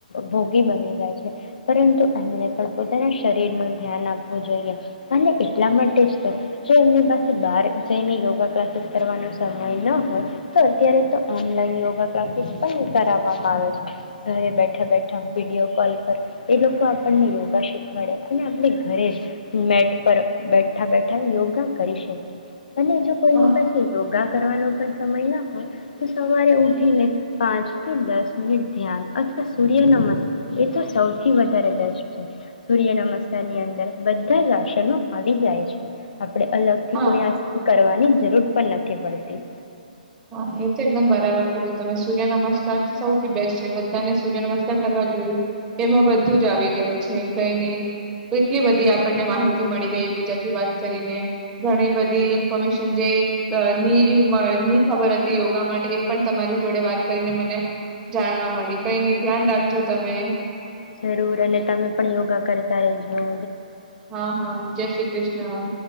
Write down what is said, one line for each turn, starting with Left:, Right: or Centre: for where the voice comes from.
Left: ભોગી બની જાય છે. પરંતુ એમણે પણ પોતાના શરીરનું ધ્યાન આપવું જોઈએ. અને એટલા માટે જ તો, જો એમની પાસે બહાર જઈને યોગા ક્લાસીસ કરવાનો સમય ન હોય, તો અત્યારે તો ઓનલાઈન યોગા ક્લાસીસ પણ કરાવવામાં આવે છે. ઘરે બેઠા બેઠા વિડીયો કોલ પર એ લોકો આપણને યોગા શીખવાડે, અને આપણે ઘરે જ મેટ પર બેઠા બેઠા યોગા કરી શકીએ. અને જો કોઈની
Right: હા
Left: પાસે યોગા કરવાનો પણ સમય ના હોય તો સવારે ઉઠીને પાંચ કે દસ મિનિટ ધ્યાન અથવા સૂર્ય નમસ્કાર, એ તો સૌથી વધારે બેસ્ટ છે. સૂર્ય નમસ્કારની અંદર બધ્ધા જ આસનો આવી જાય છે. આપણે અલગથી
Right: હા
Left: કોઈ આસન કરવાની જરૂર પણ નથી પડતી.
Right: હા, એ તો એકદમ બરાબર કીધું તમે. સૂર્ય નમસ્કાર તો સૌથી બેસ્ટ છે. બધાને સૂર્ય નમસ્કાર કરવા જોઈએ. એમાં બધું જ આવી જાય છે. કંઈ નહી. એટલી બધી આપણને માહિતી મળી ગઈ એકબીજાથી વાત કરીને. ઘણી બધી
Left: હા
Right: ઇન્ફોર્મેશન જે અ ની રી ની ખબર હતી યોગા માટે, એ પણ તમારી જોડે વાત કરીને મને જાણવા મળી. કંઈ નહીં. ધ્યાન રાખજો તમે.
Left: જરૂર અને તમે પણ યોગા કરતા રજો.
Right: હા હા જય શ્રી કૃષ્ણ.